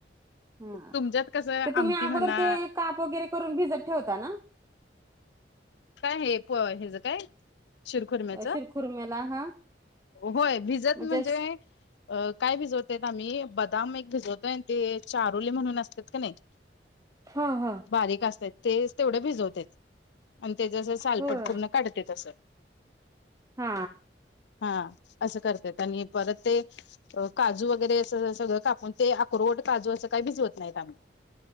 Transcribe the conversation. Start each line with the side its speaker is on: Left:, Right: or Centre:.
Right: हा.
Left: तुमच्यात कसं
Right: ते
Left: आमटी
Right: तुम्ही अगोदर
Left: म्हणा
Right: ते काप वगैरे करून भिजत ठेवता ना
Left: काय हे प हचं काय शिरखुरम्याच
Right: अ, शिरखुरम्याला हा
Left: होय भिजत
Right: म्हणजेच
Left: म्हणजे काय भिजवतयत आम्ही बदाम एक भिजवतोय ते चारुले म्हणून असतात का नाही <unintelligible>
Right: हा हा
Left: बारीक असतात ते तेवढे भिजवत आणि ते जसं सालपट
Right: होय.
Left: पूर्ण काढते तसं
Right: हा
Left: हा असं करतयेत आणि परत ते काजू वगैरे अस सगळं कापून ते अक्रवट काजू असं काही बिझी होत नाहीत आम्ही